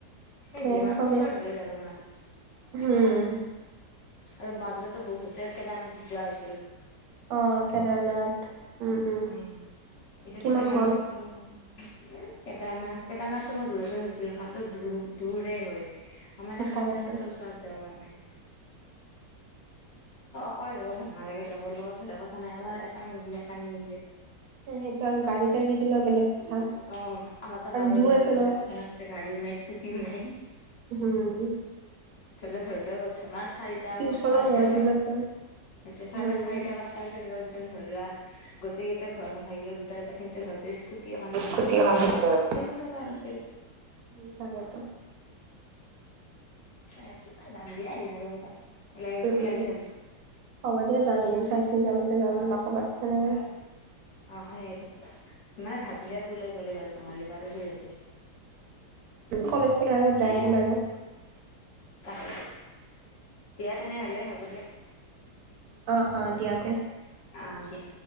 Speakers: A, on the right (about 70°); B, on the left (about 55°).
A: টোৱে
B: এই যিমাৰ
A: চবে
B: ওচৰত হলেও যাব নোৱাৰি।
A: উম
B: আৰু বাজতেতো বহুতে কেদামচৰ আছিল।
A: অ, কেদাৰনাথ। উম উম
B: উ, এতিতো
A: কিমান
B: কেডাৰনাথ
A: গ'ল
B: <unintelligible> এ, কেদাৰনাথ, কেদাৰনাথটো মই দূৰতে থৈছো সেইখনতো দ-দূৰে হয়। আমাৰ এ, খামৰেঙাটোৰ
A: তাকেতো
B: ওচৰত যাব কাৰ নাই <inaudible> কলে থ ভাল নালাগে লগৰ, লগত ধ কথা নাই। আমাৰ এটা মিলে, এটা নিমিলে।
A: সেইটো আৰু গাড়ী, চাডী থাকিলেও বেলেগ। কথা
B: অ, আমাৰো
A: আৰু
B: কাৰ
A: দূৰ
B: নিজৰ
A: আছে
B: হিচাপ কথা নছে গাড়ীও নাই, স্কুটিও নাই।
A: হম।
B: ধৰিলে, ধৰি লও গথম আৰু চাৰিটা, পাঁচটা
A: ওচৰো নহয়
B: ফ্ৰেণ্ডৰ
A: দূৰ
B: সেইটোয়া
A: আছে
B: চাৰা
A: উম
B: চাৰিটা, পচটা ফ্ৰেড্ৰ যেতিয়া ধৰিলোৱা আৰু। গোটেইটা ঘৰত নাথাকিলে দুটাই বা তিনিটা ঘৰততে স্কুটি এখ <unintelligible>
A: স্কুটি এখন থাকিলে
B: এতিয়াও
A: হ'ল
B: কথা ভাল আছিল।
A: উম তাকেতো
B: এ, যাম দিয়ে আহম আৰু ক'ৰবাত। ওলাই
A: উম,
B: ওলালে
A: উম,
B: হ'ল।
A: হ'ব দিয়া যাম এদিন চাই, চিনিতিমতে
B: উম,
A: যাম মাকবাত তেনেকুৱা।
B: অ, সেইয়টো মানে ভাবিল আৰু ওলাই গ'লেই হ'ল নহ'লে বাৰ সেই হৈ যায়।
A: কলেজ খুলৰ আগত যাই আহিম আৰু।
B: তাক দিয়া তেনেহলে হ'ব দিয়া।
A: অ', অ' দিয়া।
B: অ' দিয়া।